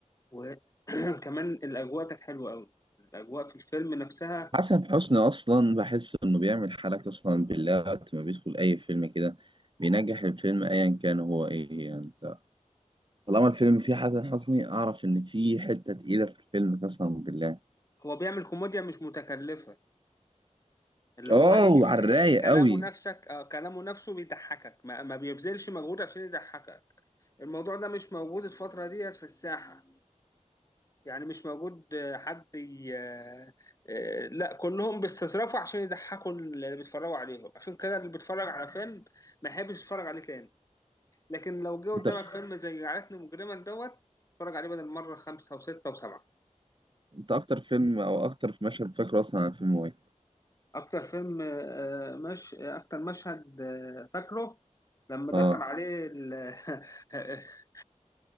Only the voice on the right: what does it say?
حسن حسني اصلا بحس انه بيعمل حالة قسما بالله وقت ما بيدخل اي فيلم كده بينجح الفيلم ايا كان هو ايه يعني انت طالما الفيلم فيه حسن حسني اعرف ان فيه حتة تقيلة في الفيلم قسما بالله
اه
وعلى الرايق
قوي
انت
انت اكتر فيلم او اكتر في مشهد فاكره اصلا عن فيلم ايه
اه